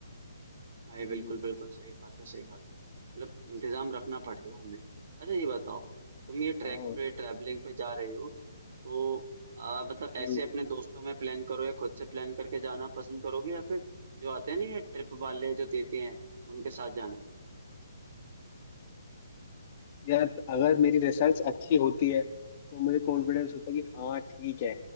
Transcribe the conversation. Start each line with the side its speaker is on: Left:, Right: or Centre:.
Right: भाई
Left: हम्म,
Right: बिल्कुल बिल्कुल सही बात है सही बात है मतलब इंतजाम रखना पड़ेगा हमें अच्छा ये बताओ तुम ये ट्रैक
Left: हाँ
Right: पे ट्रैवलिंग पे जा रहे हो तो आ, मतलब ऐसे
Left: हम्म,
Right: अपने दोस्तों में प्लान करो या खुद से प्लान करके जाना पसंद करोगे या फिर जो आते हैं ना ये ट्रिप वाले जो देते हैं उनके साथ जाना
Left: यार अगर मेरी रिसर्च अच्छी होती है तो मुझे कॉन्फिडेंस होता है कि हाँ ठीक है